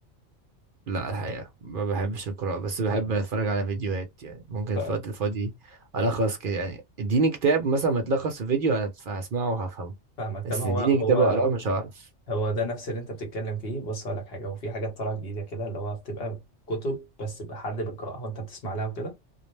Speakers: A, on the right; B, on the left.
A: لا الحقيقة ما بحبش القراءة بس بحب
B: مم.
A: اتفرج على فيديوهات يعني ممكن
B: ف-
A: في الوقت الفاضي الخص كده يعني اديني كتاب مثلا متلخص في فيديو هت- هسمعه وهفهمه
B: فاهمك
A: بس
B: طب هو
A: اديني
B: هو
A: كتاب اقراه مش هعرف
B: هو ده نفس اللي انت بتتكلم فيه بص هقول لك حاجه هو في حاجات طالعه جديده كده اللي هو بتبقى كتب بس بقى حد بيقراها وانت بتسمع لها وكده